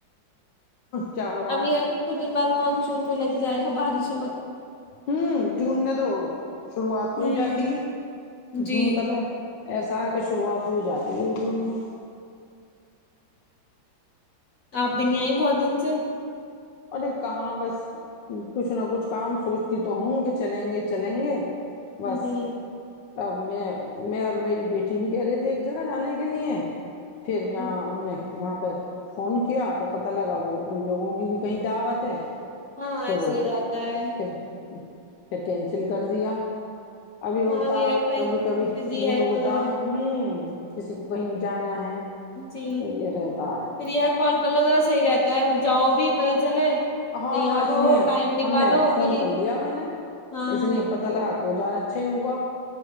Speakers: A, on the left; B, on the left.
A: کیا ہو رہا
B: اب یہ
A: ہے
B: کچھ کچھ دن بعد مانسون بھی لگی جائے گا بارش
A: ہوں جون میں تو شروعات ہو
B: ہ
A: ہی جاتی ہے
B: جی
A: جون کا تو ایسا آ کہ شروعات ہوئی جاتی ہے اب جون میں
B: آپ بھی نہیں آئی بہت دن سے
A: اوررے کہاں بس کچھ نہ کچھ کام سوچتی تو ہوں کہ چلیں گے چلیں گے بس
B: جی
A: اب میں میں اور میری بیٹی بھی کہہ رہے تھے ایک جگہ جانے کے لیے پھر جااں
B: جی.
A: ا نے وہاں پر فون کیا تو پتہ لگا وہ ان لوگوں کی بھی کئی دعوت ہے
B: ہاں
A: تو
B: ایسے ہو جاتا ہے
A: پھر پھر کینسل کر دیا ابھی ہوتا
B: ہاں یہ
A: ہے
B: کئی
A: کبھی کبھی
B: بزی
A: موڈ
B: ہے
A: ہوتا
B: کوئی اور
A: ہے ہوں کسی کو کہیں جانا ہے
B: ج جی
A: تو یہ رہتا ہے
B: پرییا کال کر لو ذدا صحی رہتا ہے جاؤ بھی پتا چلے
A: ہاں
B: تیار
A: اس
B: ہو
A: لیے
B: ٹائم نکالو
A: ہم نے فون
B: کیونکہ
A: کر لیا میں نے
B: ہاں
A: اس لیے پت لگ توزار اچھا ہی ہوگا